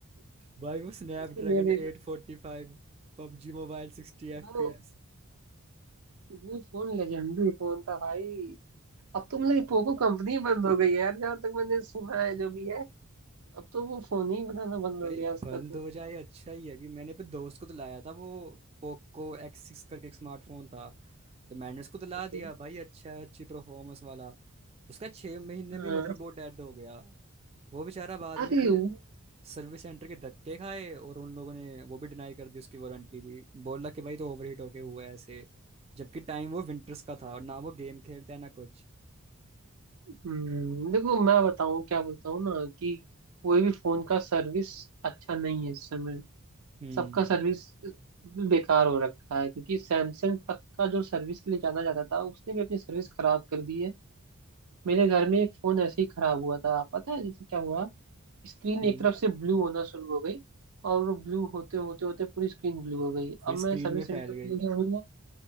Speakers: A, on the right (about 25°); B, on the right (about 75°).
A: भाई वो स्नैपड्रैगन
B: मैं उसको ले
A: एट
B: देखा
A: फोर्टी फाइव पबजी मोबाइल सिक्सटी एफ
B: वो
A: पी एस
B: वो फोन लेजेंडरी फोन था भाई अब तो मतलब पोको कंपनी बंद हो गई है यार जहाँ तक मैंने सुना है जो भी है अब तो
A: <laughs>
B: वो फोन ही बनाना बंद
A: भाई
B: हो गया उसका
A: बंद
B: तो
A: हो जाए अच्छा ही है अभी मैंने पे दोस्त को तो लाया था वो पोको एक्स सिक्स करके एक स्मार्टफोन था तो मैंने उसको तो ला
B: ओके
A: दिया भाई अच्छा है अच्छी परफॉर्मेंस वाला उसका छः महीने
B: हाँ
A: में मदरबोर्ड डेड हो गया वो बेचारा बाद
B: अरे
A: में फिर
B: वो-
A: सर्विस सेंटर के धक्के खाए और उन लोगों ने वो भी डिनाई कर दी उसकी वारंटी भी बोला कि भाई तो ओवरहीट होके हुआ है ऐसे जबकि टाइम वो विंटर्स का था और ना वो गेम खेलता है ना कुछ
B: हम्म, देखो मैं बताऊँ क्या बोलता हूँ ना कि कोई भी फोन का सर्विस अच्छा नहीं है इस समय
A: हम्म
B: सबका सर्विस बेकार हो रखा है क्योंकि सैमसंग तक का जो सर्विस के लिए जाना जाता था उसने भी अपनी सर्विस खराब कर दी है मेरे घर में एक फोन ऐसे ही खराब हुआ था पता है जैसे क्या हुआ स्क्रीन
A: हम्म
B: एक तरफ से ब्लू होना शुरू हो गई और वो ब्लू होते होते होते पूरी स्क्रीन ब्लू हो गई
A: पूरी
B: अब
A: स्क्रीन
B: मैं सर्विस
A: में फैल
B: सेंटर पे
A: गई
B: लेके आऊंगा